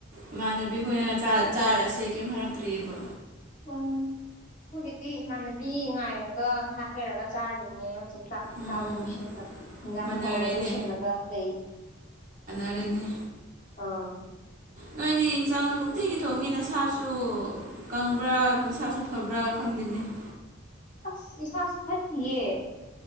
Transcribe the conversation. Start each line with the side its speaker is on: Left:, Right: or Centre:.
Right: ꯏꯃꯥꯟꯅꯕꯤ ꯈꫭꯏꯅ ꯆꯥ ꯆꯥꯔꯁꯦ ꯀꯩꯝ ꯍꯜꯂꯛꯇ꯭ꯔꯤꯑꯔꯤꯕ
Left: ꯎꯝ ꯍꯧꯈꯣꯏꯒꯤꯗꯤꯤ ꯏꯃꯥꯟꯅꯕꯤ ꯉꯥꯏꯔꯒ ꯉꯥꯏꯍꯥꯛ ꯂꯩꯔꯒ ꯆꯥꯔꯗꯣꯏꯅꯦ ꯍꯧꯖꯤꯛ ꯆꯥꯛ
Right: ꯎꯝ
Left: ꯆꯥꯕ ꯂꯣꯏꯁꯤꯂ ꯏꯟꯖꯥꯡ
Right: ꯃꯥꯟꯅꯔꯦꯅꯦ
Left: ꯊꯣꯡꯕ ꯂꯣꯏꯁꯤꯜꯂꯒ ꯂꯩ
Right: ꯃꯔꯅꯦ
Left: ꯑꯥ
Right: ꯅꯣꯏꯗꯤ ꯌꯦꯟꯁꯥꯡꯁꯨ ꯅꯨꯡꯇꯤꯒꯤ ꯊꯣꯡꯉꯤꯅꯦ ꯁꯥꯁꯨ ꯀꯪꯕ꯭ꯔꯥ ꯁꯥꯁꯨ ꯐꯕ꯭ꯔꯥ ꯈꯪꯗꯦꯅꯦ <inaudible>
Left: ꯏꯁ ꯏꯁꯥꯁꯨ ꯐꯠꯇꯤꯌꯦ